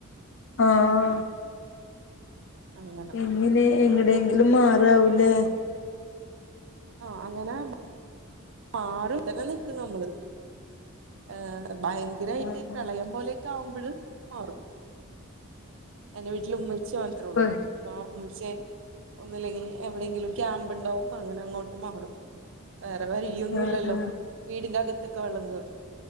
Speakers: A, on the left; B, on the right.
A: ആഹ്
B: അങ്ങനെ
A: എങ്ങനെ എങ്ങടെയെങ്കിലും മാറാവും ല്ലേ
B: ആ അങ്ങനെ മാറും <inaudible> തന്നെ നിക്കും നമ്മള് ഏ ഭയങ്കരവായിട്ട്
A: ആഹ്
B: പ്രളയം പോലെയൊക്കെ ആവുമ്പള് മാറും എന്റെ വീട്ടില് ഉമ്മിച്ചി മാത്രമേ ഉള്ളൂ
A: പ്
B: ഉപ്പ പക്ഷെ ഒന്നില്ലെങ്കി എവിടെങ്കിലും ക്യാമ്പ് ഉണ്ടാവും അങ്ങനെ അങ്ങോട്ട് മാറും വേറെ വഴിയൊന്നും
A: ആഹ്
B: ഇല്ലല്ലോ വീടിന്റെ അകത്തൊക്കെ വെള്ളം കേറും